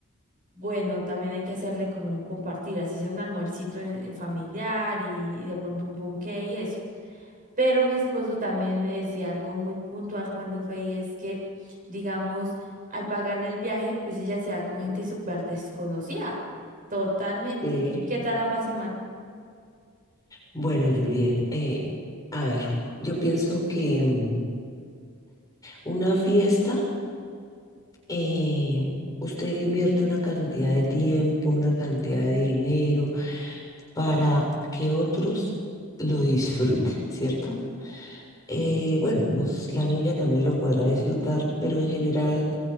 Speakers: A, on the right; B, on the left.
A: Bueno, también hay que hacerle como un compartir, así sea un almuercito en, en familiar y, y de pronto un ponqué y eso. Pero mi esposo también me decía algo muy puntual cuando fue y es que, digamos, al pagarle el viaje, pues ella se va con gente súper desconocida, totalmente.
B: sí.
A: ¿Y qué tal la pase mal?
B: Bueno, Juliet, eh, a ver, yo pienso que mm, una fiesta, eh, usted invierte una cantidad de tiempo, una cantidad de dinero para que otros lo disfruten, ¿cierto? Eh, bueno, los, la niña también lo podrá disfrutar, pero en general,